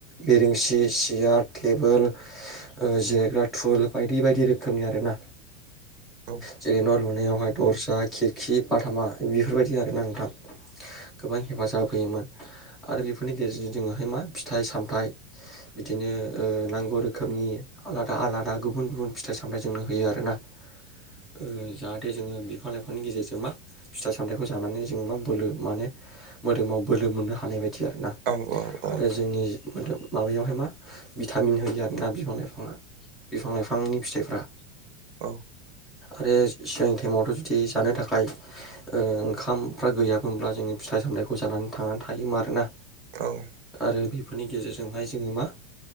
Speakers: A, in the centre; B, on the right.
A: बेरेंसि सेयार्ट टेबोल ओ जिरायग्रा थुल बायदि बायदि रोखोमनि आरोना
B: औ
A: जेरै न लु लुनायावहाय दरजा खिरखि बाथामा बेफोरबायदि आरोना नोंथां गोबां हेफाजाब होयोमोन आरो बेफोरनि गेजेरजों जोङोहाय मा फिथाइ सामथाइ बिदिनो ओ नांगौ रोखोमनि आलादा आलादा गुबुन गुबुन फिथाइ सामथाइ जोंनो होयो आरोना ओ जाहाथे जोङो बिफां लाइफांनि गेजेरजों मा फिथाइ सामथाइखौ जानानै जोङो मा बोलो माने मोदोमाव बोलो मोननो हानाय बाय दि आरोना
B: औ औ
A: आरो
B: औ
A: जोंनि मोदोम माबायावहाय मा भिटामिन होयो आरोना बिफां लाइफाङा। बिफां लाइफांनि फिथाइ <inaudible>
B: औ।
A: आरो सिगांनि टाइमावथ' जुदि जानो थाखाय ओ ओंखामफ्रा गैयामोनब्ला जोंङो फिथाइ सामथाइखौ जानानै थांनानै थायोमा आरोना।
B: जाबायदि
A: आरो बि बेफोरनि गेजेरजोंहाय जोङो मा